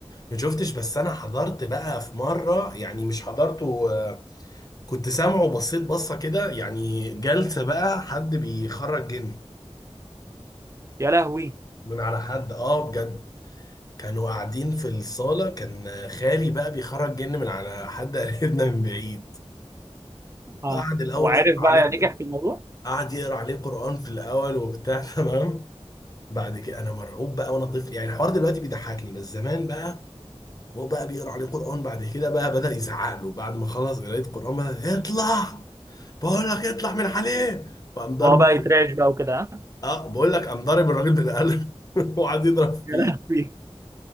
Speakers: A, on the left; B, on the right.
A: ما شفتش بس انا حضرت بقى في مره يعني مش حضرته آه، كنت سامعه وبصيت بصه كده يعني جلسه بقى حد بيخرج جن
B: يا لهوي
A: من على حد اه بجد كانوا قاعدين في الصاله كان خالي بقى بيخرج جن من على حد قريبنا من بعيد
B: اه
A: وقعد الاول
B: وعارف
A: يقرا
B: بقى
A: عليه
B: نجح في الموضوع
A: قعد يقرا عليه قرآن في الأول وبتاع <laughs> تمام بعد كده أنا مرعوب بقى وأنا طفل يعني الحوار دلوقتي بيضحكني بس زمان بقى هو بقى بيقرا عليه قرآن بعد كده بقى بدأ يزعق له بعد ما خلص قراية قرآن بقى اطلع بقول لك اطلع من عليه وقام ضربه
B: هو بقى يترعش بقى وكده
A: <laughs>
B: ها؟
A: اه بقول لك قام ضارب الراجل بالقلم <laughs> وقعد يضرب
B: يا
A: فيه
B: لهوي